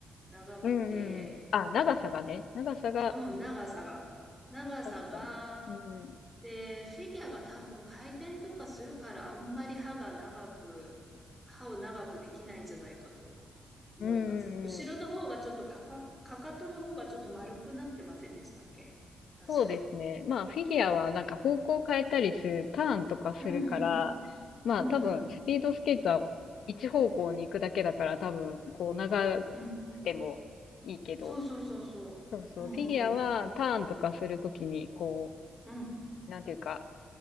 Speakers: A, in the centre; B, on the left.
A: 長くて、
B: うんうんうん。あ、長さがね。長さが、
A: うん、
B: うん。
A: 長さが。長さが
B: 確かに。うん。
A: で、フィギュアが多分回転とかするからあんまり歯が長く、歯を長くできないんじゃないかと思います。
B: うんうんうん。
A: 後ろの方がちょっとかか、かかとの方がちょっと丸くなってませんでしたっけ確か。
B: そうですね。まあ、フィギュアはなんか方向変えたりする、ターンとかするから、
A: うんうん。
B: まあ多分、
A: うんうん。
B: スピードスケートは一方向に行くだけだから多分、こう長く
A: うん。
B: てもいいけど、
A: そうそうそうそう。
B: そうそう、
A: うんうんうん
B: フィギュアはターンとかするときに、こ
A: うん。うん。
B: う、なんていうか、